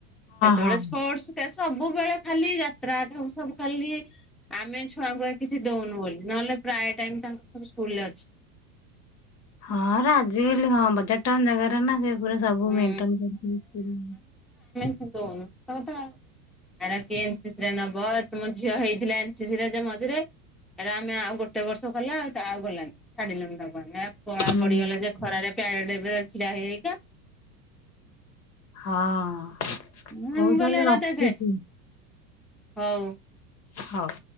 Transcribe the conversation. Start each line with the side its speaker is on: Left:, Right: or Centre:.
Centre: କେତେବେଳେ
Left: ହଁ
Centre: ସ୍ପୋର୍ଟସ କେ ସବୁବେଳେ ଖାଲି ଯାତ୍ରା ସବୁ ସବୁ ଖାଲି ଆମେ ଛୁଆଙ୍କୁୁ କିଛି ଦଉନୁ ବୋଲି ନହେଲେ ପ୍ରାୟ ଟାଇମ ତାଙ୍କ ସବୁ ସ୍କୁଲରେ ଅଛି।
Left: ହଁ ଆଜିକାଲି ହଁ ବଜାର ଟାଉନ୍ ଜାଗାରେ ନା ସେ ପୂରା ସବୁ
Centre: ହୁଁ
Left: ମେଣ୍ଟେନ କରି କି।
Centre: ଦୌନୁ ସତ କଥା ଆର କିଏ ଏନ୍ ସି ସି ନବ ତମ ଝିଅ ହେଇଥିଲା ଏନ ସି ସି ରେ ମଝିରେ ଏରା ଆମେ ଆଉ ଗୋଟେ ବର୍ଷ କଲା ତା ଆଉ ଗଲାନି ଛାଡିଲୁନି ତାଙ୍କୁ ଆମେ କଳା
Left: ହୁଁ
Centre: ପଡିଗଲା ଯେ ଖରାରେ ପ୍ୟାରେଡ୍ରେ ଛିଡା ହେଇ ହେଇ କା
Left: ହଁ
Centre: ମୁଁ
Left: ହଉ
Centre: ମୁ କହିଲି
Left: ତାହେଲେ
Centre: ହେରା
Left: ରଖୁଛି
Centre: ଦେଖେ ହଉ
Left: ହଉ